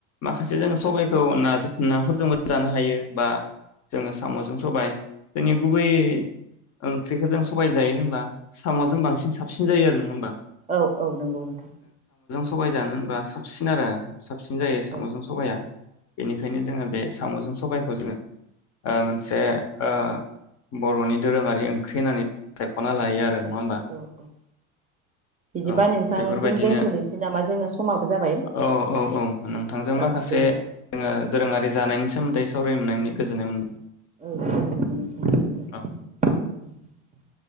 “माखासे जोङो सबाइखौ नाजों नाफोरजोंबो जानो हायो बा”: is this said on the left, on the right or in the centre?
Left